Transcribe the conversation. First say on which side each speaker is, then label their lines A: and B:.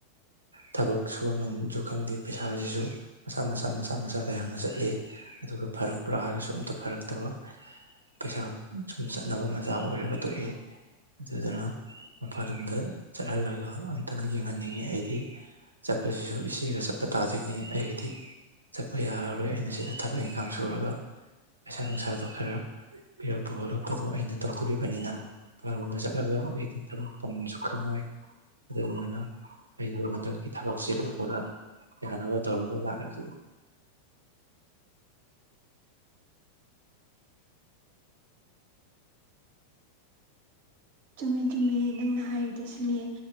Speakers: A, on the right (about 80°); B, on the right (about 50°).
A: ꯊꯕꯛ ꯁꯨꯕꯝ ꯅꯣꯝꯕꯝꯁꯨ ꯈꯪꯗꯦ ꯄꯩꯁꯥꯁꯤꯁꯨ ꯃꯆꯥꯥ ꯃꯆꯥ ꯃꯆꯥ ꯃꯆꯥ ꯀꯌꯥꯃ ꯆꯠꯂꯤ ꯑꯗꯨꯒ ꯐꯔꯛꯄ꯭ꯔꯥ ꯍꯥꯏꯕꯁꯨ ꯑꯝꯇ ꯐꯔꯛꯇꯕ ꯄꯩꯁꯥ ꯁꯨꯝ ꯆꯠꯅꯕ ꯃꯆꯥꯛ ꯑꯣꯏꯔꯒ ꯇꯣꯛꯏ ꯑꯗꯨꯗꯨꯅ ꯃꯄꯥꯟꯂꯣꯝꯗꯥ ꯆꯠꯍꯜꯂꯒ ꯑꯝꯇꯪ ꯌꯦꯡꯍꯟꯅꯤꯡꯉꯤ ꯑꯩꯗꯤ ꯆꯠꯄꯁꯤꯁꯨ ꯏꯆꯦꯒ ꯆꯠꯄ ꯇꯥꯗꯣꯏꯅꯦ ꯑꯩꯒꯗꯤ ꯆꯠꯄ ꯌꯥꯔꯔꯣꯏ ꯑꯩꯅ ꯁꯤꯗ ꯊꯕꯛ ꯏꯪꯈꯥꯡ ꯁꯨꯔꯒ ꯄꯩꯁꯥ ꯅꯨꯡꯁꯥꯗꯣ ꯈꯔ ꯄꯤꯔꯛꯄ ꯈꯣꯠꯂꯛꯄꯗꯣ ꯑꯩꯅ ꯇꯧꯗꯣꯔꯤꯕꯅꯤꯅ ꯃꯄꯥꯟꯜ ꯂꯣꯝꯗ ꯆꯠꯂꯒ ꯊꯕꯛ ꯇꯧꯕꯝꯁꯨ ꯈꯪꯉꯣꯏ ꯑꯗꯨꯗꯨꯅ ꯑꯩꯗꯣ ꯍꯟꯗꯛꯀꯤ ꯊꯕꯛꯁꯤꯦ ꯂꯨꯕꯗ ꯌꯥꯅꯕ ꯇꯧꯔꯒ ꯂꯥꯛꯑꯒ
B: ꯆꯨꯝꯃꯦ ꯆꯨꯝꯃꯦ ꯅꯪꯅ ꯍꯥꯏꯔꯤꯗꯨꯁꯨꯅꯦ